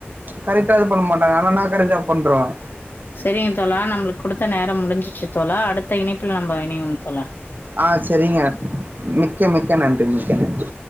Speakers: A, on the right; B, on the left.
A: கரெக்டா இது பண்ண மாட்டாங்க ஆனா நா கரெக்டா பன்றுவே
B: சரிங்க தோலா நம்மளுக்கு குடுத்த நேரம் முடிஞ்சிச்சு தோலா அடுத்த இணைப்புல நம் ல இனைவோ தோலா
A: ஆ சரிங்க மிக்க மிக்க நன்றி மிக்க நன்றி